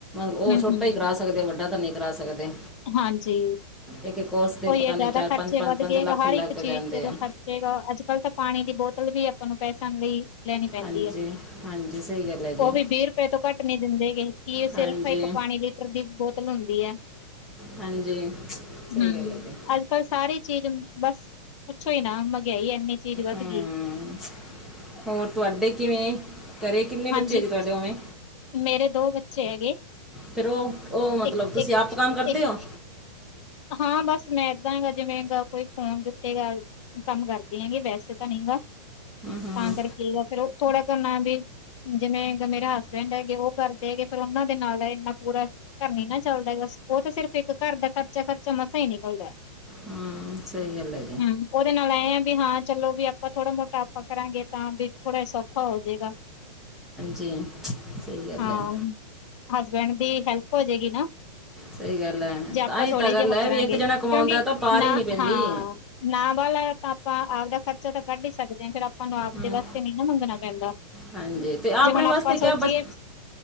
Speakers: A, in the centre; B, on the left (about 50°).
A: ਉਹ
B: ਹੂੰ
A: ਛੋਟਾ
B: ਹੂੰ
A: ਹੀ ਕਰਾ ਸਕਦੇ, ਵੱਡਾ ਤਾਂ ਨਹੀਂ ਕਰਾ ਸਕਦੇ।
B: ਹਾਂਜੀ।
A: ਇੱਕ ਇੱਕ ਕੋਰਸ ਤੇ
B: ਉਈ
A: ਪਤਾ
B: ਹੈ, ਜਿਆਦਾ
A: ਨਹੀਂ
B: ਖਰਚੇ ਵੱਧ ਗਏ
A: ਲੱਖ
B: ਹਰ ਇੱਕ
A: ਲੱਗ
B: ਚੀਜ਼
A: ਜਾਂਦੇ
B: ਚ'
A: ਆ
B: ਖਰਚੇ ਅੱਜ-ਕੱਲ੍ਹ ਤਾਂ ਪਾਣੀ ਦੀ ਬੋਤਲ ਵੀ ਆਪਾਂ ਨੂੰ ਪੈਸਣ ਲਈ ਲੈਣੀ ਪੈਂਦੀ
A: ਹਾਂਜੀ
B: ਹੈ।
A: ਹਾਂਜੀ ਸਹੀ ਗੱਲ ਹੈ ਜੀ
B: ਉਹ ਵੀ ਵੀਹ ਰੁਪਏ ਤੋਂ ਘੱਟ ਨਹੀਂ ਦਿੰਦੇ ਗੇ ਕੀ ਸਿਰਫ
A: ਹਾਂਜੀ
B: ਇੱਕ ਪਾਣੀ ਲਈ ਤਰ ਦੀਪ ਬੋਤਲ ਹੁੰਦੀ ਹੈ।
A: ਹਾਂਜੀ। ਸਹੀ
B: ਹਮ,
A: ਗੱਲ ਹੈ ਜੀ
B: ਅੱਜ ਕੱਲ੍ਹ ਸਾਰੀ ਚੀਜ਼ ਬਸ, ਪੁੱਛੋ ਹੀ ਨਾ ਮਹਿਗਈ ਇਨੀ ਚੀਜ਼ ਵੱਧ
A: ਹਮ,
B: ਗਈ।
A: ਹੋਰ ਤੁਹਾਡੇ ਕਿਵੇਂ? ਘਰੇ ਕਿੰਨੇ
B: ਹਾਂਜੀ
A: ਬੱਚੇ ਹੈ ਜੇ ਤੁਹਾਡੇ ਉਵੇਂ
B: ਮੇਰੇ ਦੋ ਬੱਚੇ ਹੈਗੇ।
A: ਫੇਰ ਉਹ ਉਹ ਮਤਲਬ,
B: ਇੱਕ
A: ਤੁਸੀਂ
B: ਇੱਕ
A: ਆਪ ਕੰਮ ਕਰਦੇ
B: ਇੱਕ
A: ਹੋ?
B: ਹਾਂ ਬਸ ਮੈਂ ਏਦਾਂ ਗ ਜਿਵੇਂ ਕੋਈ ਫੋਨ ਦਿੱਤੇ ਗ। ਕੰਮ ਕਰਦੀ ਹੈਗੀ ਵੈਸੇ ਤਾਂ ਨਹੀਂ ਗਾ,
A: ਹਮ
B: ਤਾਂ ਕਰਕੇ ਫੇਰ ਥੋੜਾ ਕਰਨਾ ਵੀ ਜਿਵੇਂ ਮੇਰੇ ਹਸਬੈਂਡ ਹੈਗੇ ਉਹ ਕਰਦੇ ਹੈਗੇ, ਫੇਰ ਉਹਨਾਂ ਦੇ ਨਾਲ ਦਾ ਇੰਨਾ ਪੂਰਾ ਕਰਨਰੀ ਨਾ ਚੱਲਦਾ, ਉਹ ਤਾਂ ਸਿਰਫ ਇੱਕ ਘਰ ਦਾ ਖਰਚਾ ਖਰਚਾ ਮਸਾ ਹੀ ਨਿਕਲਦਾ।
A: ਹਮ, ਸਹੀ ਗੱਲ ਐ,
B: ਹੂੰ, ਉਹਦੇ ਨਾਲ ਐਏ ਆ ਵੀ ਹਾਂ ਚਲੋ, ਵੀ ਆਪਾਂ ਥੋੜ੍ਹਾ ਮੋਟਾ ਆਪਾਂ ਕਰਾਂਗੇ ਤਾਂ ਵੀ ਥੋੜਾ ਸ ਹੋਜੇਗਾ।
A: ਹਾਂਜੀ, ਸਹੀ ਗੱਲ
B: ਹਾਂ
A: ਹੈ
B: ਹਸਬੈਂਡ ਦੀ ਹੈਲਪ ਹੋ ਜਾਏਗੀ ਨਾ,
A: ਸਹੀ ਗੱਲ ਹੈ,
B: ਜੇ ਆਪਾਂ
A: ਤਾਂਹੀ
B: ਥੋੜੇ
A: ਤਾਂ ਗੱਲ
B: ਜਿਹੇ ਉਹ
A: ਹੈ,
B: ਕਰਾਂਗੇ
A: ਵੀ ਇੱਕ ਜਣਾ
B: ਕਿਉਂਕਿ
A: ਕਮਾਦਾ ਤਾਂ ਪਾਰ
B: ਨਾ
A: ਹੀ ਨੀ ਪੈਂਦੀ।
B: ਹਾਂ ਨਾ ਬਾਹਾ ਤਾਂ ਆਪਾਂ ਆਪ ਦਾ ਖ਼ਰਚਾ ਤਾਂ ਕੱਢ ਹੀ ਸਕਦੇ ਹਾਂ, ਫੇਰ ਆਪਾਂ ਨੂੰ ਆਪਦੇ
A: ਹਮ,
B: ਵਾਸਤੇ ਵੀ ਨਾ ਮੰਗਣਾ ਪੈਂਦਾ।
A: ਹਾਂਜੀ ਤੇ
B: ਜੇ
A: ਆਪਣੇ
B: ਹੁਣ
A: ਵਾਸਤੇ
B: ਆਪਾਂ
A: ਕਿਆ
B: ਸੋਚੀਏ,
A: ਬੱਚ